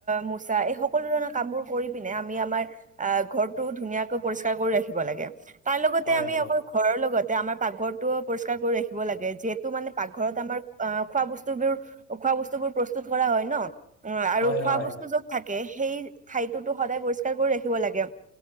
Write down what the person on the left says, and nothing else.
হয়
হয়
হয়